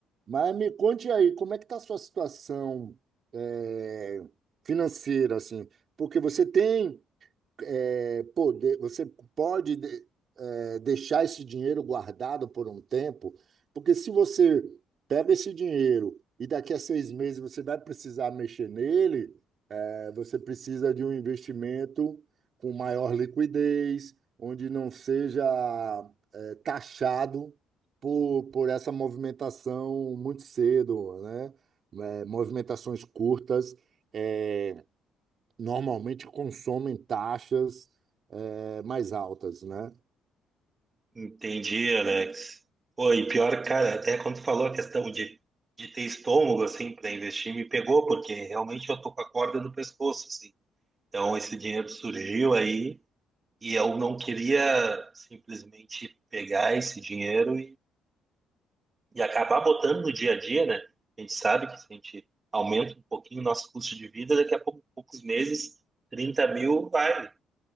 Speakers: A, on the right; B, on the right.
A: Mas me conte aí, como é que está a sua situação eh, financeira, assim? Porque você tem eh, poder, você pode de- eh, deixar esse dinheiro guardado por um tempo, porque se você pega esse dinheiro e daqui a seis meses você vai precisar mexer nele, é, Você precisa de um investimento com maior liquidez, onde não seja eh, taxado por, por essa movimentação muito cedo, né? Né, movimentações curtas eh, normalmente consomem taxas eh, mais altas, né?
B: Entendi, Alex. Pô, e pior, cara, até quando tu falou a questão de, de ter estômago, assim, para investir, me pegou, porque realmente eu tô com a corda no pescoço, assim. Então, esse dinheiro surgiu aí e eu não queria simplesmente pegar esse dinheiro e acabar botando no dia a dia, né? A gente sabe que se a gente aumenta um pouquinho o nosso custo de vida, daqui a pouco, poucos meses, 30 mil vai,